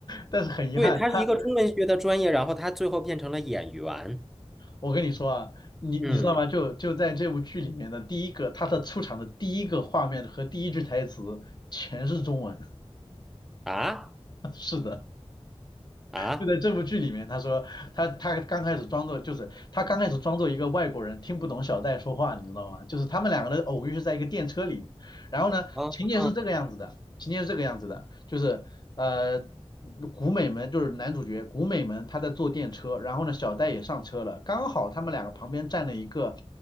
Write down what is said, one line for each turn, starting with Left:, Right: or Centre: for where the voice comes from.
Left: 但是很遗憾，
Centre: 对，他是一个中文学的专业，
Left: 它
Centre: 然后他最后变成了演员。
Left: 我跟你说啊，你你知道吗？
Centre: 嗯，
Left: 就就在这部剧里面的第一个，他的出场的第一个画面和第一句台词全是中文。
Centre: 啊。
Left: <laughs> 是的。
Centre: 啊
Left: 就在这部剧里面，他说他他刚开始装作就是他刚开始装作一个外国人听不懂小戴说话，你知道吗？就是他们两个的偶遇是在一个电车里面，然后呢，
Centre: 啊
Left: 情节是这个样子的，情节是这个样子的，就是呃。古美门就是男主角古美门，他在坐电车，然后呢，小戴也上车了，刚好他们两个旁边站了一个